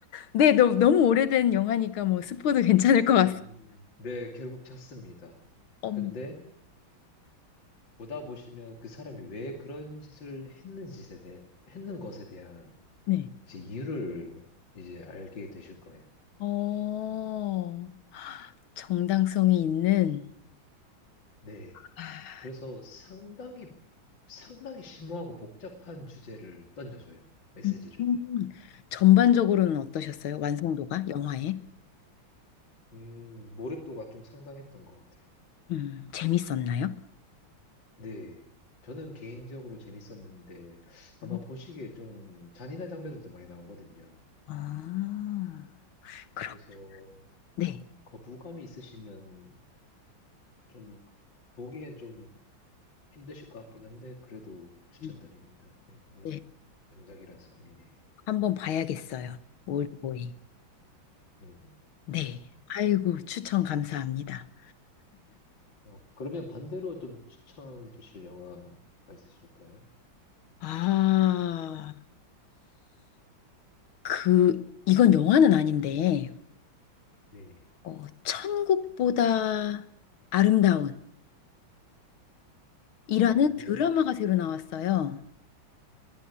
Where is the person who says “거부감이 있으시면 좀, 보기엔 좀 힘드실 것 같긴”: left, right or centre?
Left